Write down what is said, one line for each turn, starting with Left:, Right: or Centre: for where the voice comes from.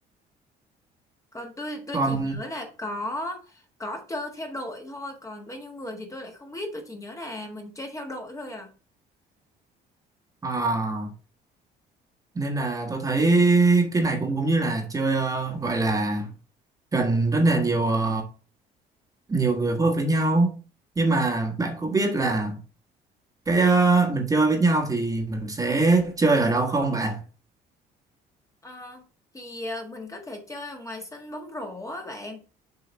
Left: còn tôi tôi
Right: còn
Left: chỉ nhớ là có có chơi theo đội thôi còn bao nhiêu người thì tôi lại không biết tôi chỉ nhớ là mình chơi theo đội thôi à
Right: à, nên là tôi thấy cái này cũng cũng như là chơi ờ, gọi là cần rất là nhiều ờ, nhiều người phối hợp với nhau nhưng mà bạn có biết là cái ờ, mình chơi với nhau thì mình sẽ chơi ở đâu không bạn
Left: Ờ, thì ờ, mình có thể chơi ở ngoài sân bóng rổ á bạn